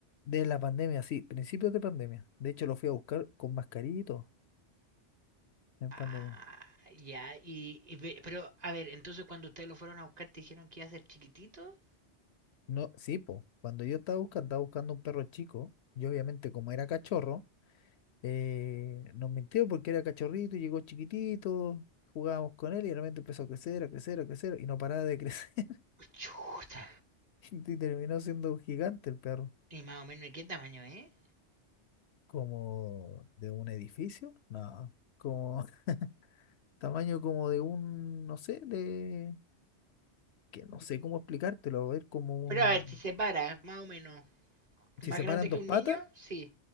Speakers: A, on the left; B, on the right.
A: De la pandemia, sí, principios de pandemia. De hecho, lo fui a buscar con mascarito en
B: Ah,
A: pandemia.
B: ya, y, y ve- pero, a ver, entonces cuando ustedes lo fueron a buscar te dijeron que iba a ser chiquitito.
A: No, sí, po. Cuando yo estaba buscando, estaba buscando un perro chico. Yo obviamente como era cachorro, eh, nos mintió porque era cachorrito y llegó chiquitito, jugábamos con él y realmente empezó a crecer, a crecer, a crecer y no paraba de crecer. <laughs>
B: Chuta,
A: Y terminó siendo un gigante el perro.
B: y más o menos, ¿de qué tamaño, eh?
A: Como de un edificio, no, como <laughs> tamaño como de un, no sé, de, que no sé cómo explicártelo, a ver, como un,
B: Pero a ver, si se para, más o menos. ¿Más
A: si separan
B: grande que
A: dos patas,
B: un niño? Sí.